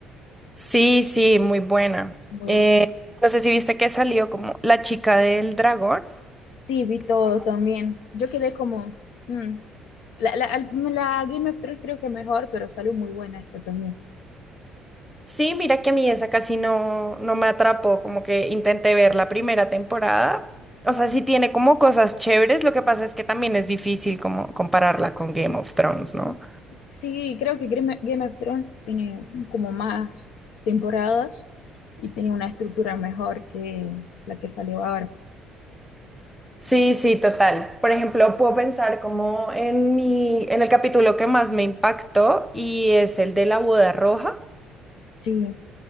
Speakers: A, in the centre; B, on the left.
A: sí, sí, muy buena.
B: Muy bu-
A: No sé si viste que salió como La chica del dragón.
B: Sí, vi
A: Es
B: todo
A: como-
B: también. Yo quedé como... mm. La, la- al- la Game of Thrones creo que mejor, pero salió muy buena esta también.
A: Sí, mira que a mí esa casi no, no me atrapó, como que intenté ver la primera temporada. O sea, sí tiene como cosas chéveres, lo que pasa es que también es difícil como compararla con Game of Thrones, ¿no?
B: Sí, creo que Game Game of Thrones tiene como más temporadas y tiene una estructura mejor que la que salió ahora.
A: Sí, sí, total. Por ejemplo, puedo pensar como en mi, en el capítulo que más me impactó y es el de la boda roja.
B: Sí.